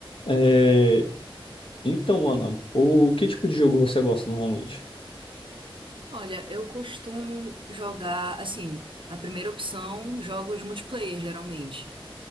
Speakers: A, on the left; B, on the right.
A: É, então, Ana, o que tipo de jogo você gosta normalmente?
B: Olha, eu costumo jogar, assim, na primeira opção, jogos multiplayer, geralmente.